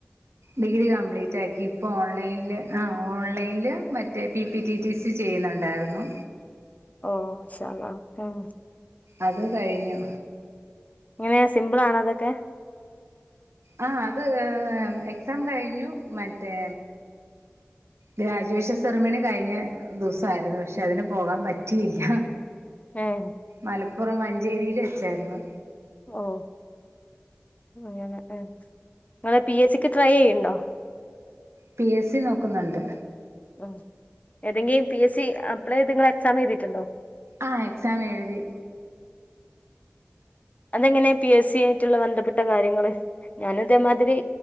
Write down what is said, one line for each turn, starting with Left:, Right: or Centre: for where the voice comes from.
Right: ഡിഗ്രി കംപ്ലീറ്റ് ആക്കി ഇപ്പൊ ഓൺലൈനില് ആ ഓൺലൈനിൽ മറ്റേ P P T T C ചെയ്യുന്നുണ്ടായിരുന്നു
Left: ഓ ഇൻശാഅല്ലാഹ്‌ ഉം
Right: അത് കഴിഞ്ഞു
Left: എങ്ങനെ സിംമ്പിൾ ആണോ അതൊക്കെ
Right: ആഹ് അത് എക്സാം കഴിഞ്ഞു മറ്റേ ഗ്രാജുവേഷൻ സെറിമണി കഴിഞ്ഞ് ദിസായിരുന്നു പക്ഷെ അതിന് പോകാൻ പറ്റിയില്ല
Left: ഏഹ്
Right: മലപ്പുറം മഞ്ചേരിൽ വെച്ചാരുന്നു
Left: ഓ അങ്ങെനെ ഇങ്ങെള് പി എസ് സിക്ക് ട്രൈ ചെയ്യ്ണ്ടോ
Right: പി എസ് സി നോക്കുന്നുണ്ട്
Left: മം ഏതെങ്കിലും പി എസ് സി അപ്ലൈ ചെയ്ത് ഇങ്ങൾ എക്സാം എഴുതിട്ട്ണ്ടോ
Right: ആ എക്സാം എഴുതി
Left: അതെങ്ങനെയാ പി എസ് സി ആയിട്ട്ള്ള ബന്ധപ്പെട്ട കാര്യങ്ങള് ഞാനും ഇതേമാതിരി